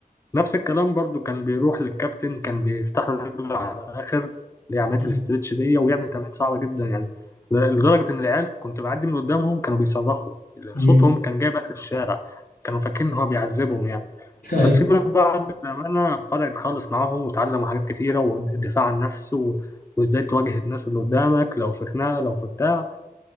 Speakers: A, on the left (about 20°); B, on the left (about 65°).
A: نفس الكلام برضه كان بيروح للكابتن كان بيفتح له رجله على الاخر اللي هي عمليه
B: مم.
A: الاسترتش دي ويعمل تمارين صعبه جدا يعني ل- لدرجه ان العيال كنت بعدي من قدامهم كانوا بيصرخوا
B: مم.
A: صوتهم كان جايب اخر الشارع كانوا فاكرين ان هو بيعذبهم يعني
B: <laughs> ايوه
A: بس في منهم بقى بأمانة فرقت خالص معاهم وتعلموا حاجات كتيرة والدفاع عن النفس و... وازاي تواجه الناس اللي قدامك لو في خناقة لو في بتاع